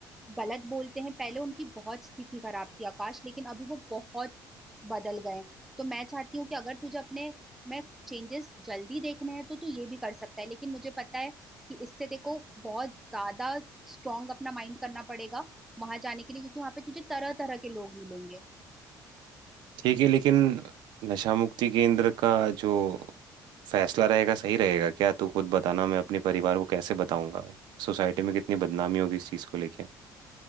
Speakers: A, in the centre; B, on the right.
A: गलत बोलते हैं पहले उनकी बहुत स्थिति खराब थी आकाश लेकिन अभी वो बहुत बदल गए हैं। तो मैं चाहती हूँ कि अगर तुझे अपने में चेंजेस जल्दी देखने हैं तो तू ये भी कर सकता है लेकिन मुझे पता है कि इससे देखो बहुत ज्यादा स्ट्रांग अपना माइंड करना पड़ेगा वहां जाने के लिए क्योंकि वहां पे तुझे तरह तरह के लोग मिलेंगे
B: ठीक है लेकिन नशा मुक्ति केंद्र का जो फैसला रहेगा सही रहेगा क्या तू खुद बताना मैं अपने परिवार को कैसे बताऊंगा सोसाइटी में कितनी बदनामी होगी इस चीज़ को लेके